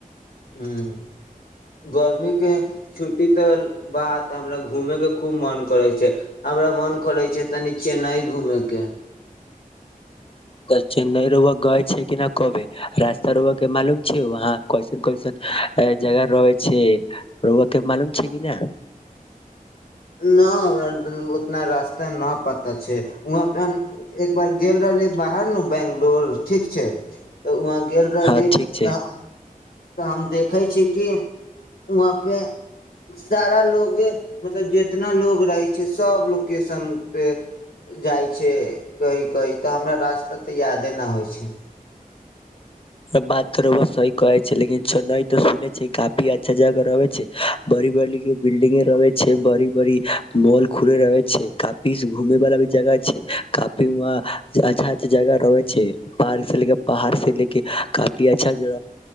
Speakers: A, on the left; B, on the left.
A: ह्म गर्मीके छुट्टी तऽ बाद हमरा घूमयके खूब मन करै छै हमरा मोन करै छै तनी चेन्नई घूमयके
B: तऽ चेन्नई र गए छै कि नहि कबे रास्ता र के मालूम छै वहाँ कैसन कैसन जगह रहै छै र के मालूम छै कि नहि
A: न उतना रास्ता न पता छै वहाँ पे हम एक बार गेल रहली बाहर न बंगलोर ठीक छै तऽ वहाँ गेल रहली
B: हँ ठीक छै।
A: तऽ हम देखे छी कि वहाँ पे सारा लोग जेतना लोग रहै छै सब लोकेशन पे जाइ छै कही कही तऽ हमरा रास्ता तऽ यादे न होइ छै
B: त बात तो रउआ सही कहै छै लेकिन चेन्नई सुने र छै काफी अच्छा जगह रहे छै बड़ी बड़ी बिल्डिंगे रहे छै बड़ी बड़ी मॉल खुले रहे छै काफी घूमे वाला भी जगह छै काफी वहां अच्छा अच्छा जगह रहे छै पार्क से लेके पहाड़ से ले काफी अच्छा ज